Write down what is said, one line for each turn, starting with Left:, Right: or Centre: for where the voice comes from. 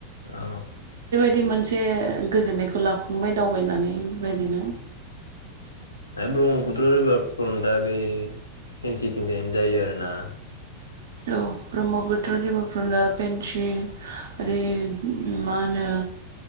Left: औ
Right: बिदि मोनसे गोजोननायखौ लाबखांबाय दावबायनानै बेबायदिनो
Left: बे ब्रह्मपुत्र रिभार फ्रन्टा बे फेनसि थिंजायनो जायो आरो ना?
Right: औ ब्रह्मपुत्र रिभार फ्रन्टा पेनसि आरो मा होनो